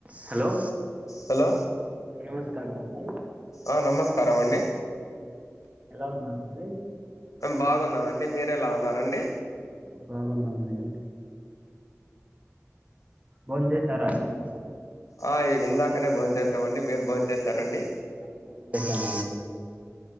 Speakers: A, on the right; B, on the left.
A: Hello
B: hello
A: ఎ కరాన్ని
B: ఆ నమస్కారం అండి
A: ఎలా ఉన్నారండీ
B: బాగున్నామండి మీరు ఎలా ఉన్నారండి
A: బాగున్నామండి బోంచేశారా అండి
B: ఆ ఇందాకనే బోంచేసామండి మీరు బోంచేశారండి
A: అ బోంచేశామ